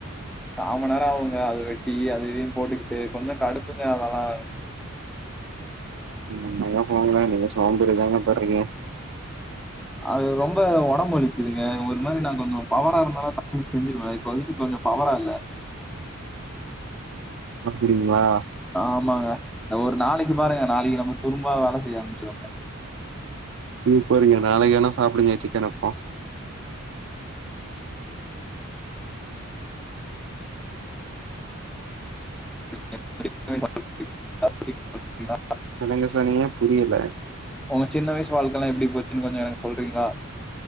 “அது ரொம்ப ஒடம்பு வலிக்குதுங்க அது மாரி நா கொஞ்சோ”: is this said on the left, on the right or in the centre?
Centre